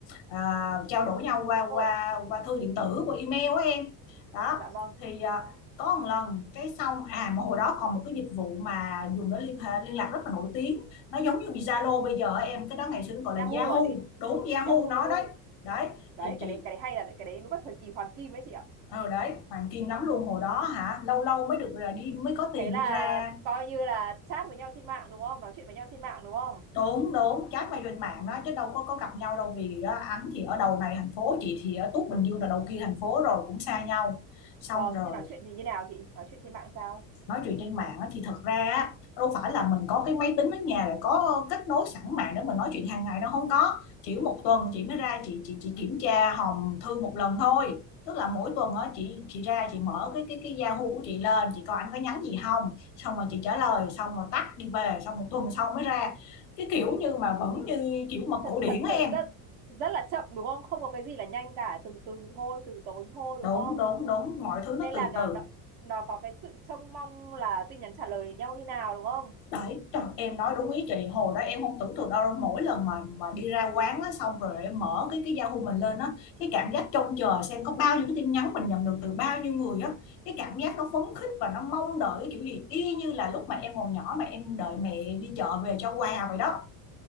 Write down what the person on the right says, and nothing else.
Xã hội,
dạ vâng.
Yahoo
hả chị?
Yahoo,
Yahoo.
Đấy,
cái đấy, cái đấy hay là cái đấy đúng là thời kỳ hoàng kim đấy chị ạ.
Thế là
coi như là chat với nhau trên mạng đúng không? Nói chuyện với nhau trên mạng đúng không?
Vâng,
thế nói chuyện thì như nào chị? Nói chuyện trên mạng sao?
Thật
sự
rất rất là chậm đúng không? Không có cái gì là nhanh cả, từ từ thôi, từ tốn thôi đúng
không?
nên
là nó,
nó nó có cái sự trông mong là tin nhắn trả lời nhau như nào đúng không